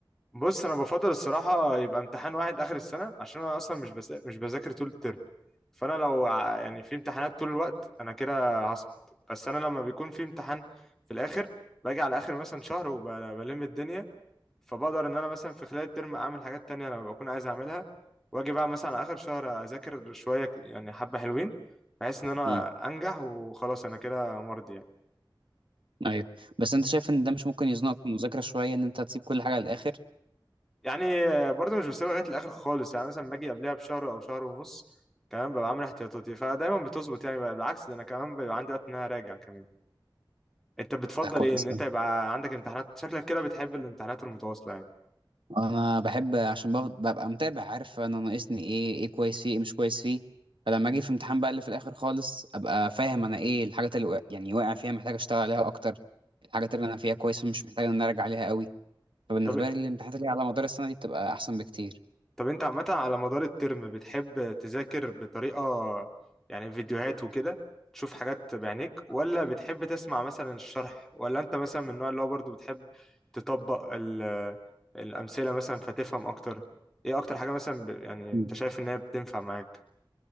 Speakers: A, in the centre; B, on the right.
A: بص انا بفضل الصراحه يبقى امتحان واحد اخر السنه عشان انا اصلا مش بس... مش بذاكر طول الترم فانا لو ع- يعني في امتحانات طول الوقت انا كده هسقط بس انا لما بيكون في امتحان في الاخر باجي على اخر مثلا شهر وبلم الدنيا فبقدر ان انا مثلا في خلال الترم اعمل حاجات تانية انا بكون عايز اعملها واجي بقى مثلا على اخر شهر اذاكر شويه ك- يعني حبه حلوين بحيث ان انا
B: امم
A: انجح وخلاص انا كده مرضي يعني
B: ايوه بس انت شايف ان ده مش ممكن يزنقك في المذاكرة شوية ان انت تسيب كل حاجة للآخر
A: يعني برضه مش بسيبها لغايه الاخر خالص يعني مثلا باجي قبلها بشهر او شهر ونص كمان ببقى عامل احتياطاتي فدايما بتظبط يعني بقى بالعكس ده انا كمان بيبقى عندي وقت ان انا اراجع كمان انت بتفضل
B: ده كويس
A: ايه ان انت
B: أوي.
A: يبقى عندك امتحانات شكلك كده بتحب الامتحانات المتواصله يعني
B: انا بحب عشان بف- ببقى متابع عارف انا ناقصني ايه ايه كويس فيه ايه مش كويس فيه فلما اجي في امتحان بقى اللي في الآخر خالص ابقى فاهم انا ايه الحاجات اللي وق- يعني واقع فيها محتاج اشتغل عليها اكتر الحاجات اللي انا فيها كويس ومش محتاج ان انا ارجع عليها قوي فبالنسبة
A: طب
B: لي الامتحانات اللي على مدار السنة دي بتبقى أحسن بكتير
A: طب انت عامة على مدار الترم بتحب تذاكر بطريقة يعني فيديوهات وكده تشوف حاجات بعينيك ولا بتحب تسمع مثلا الشرح ولا انت مثلا من النوع اللي هو برضه بتحب تطبق ال- الأمثلة مثلا فتفهم أكتر ايه أكتر حاجة مثلا ب- يعني
B: مم.
A: انت شايف ان هي بتنفع معاك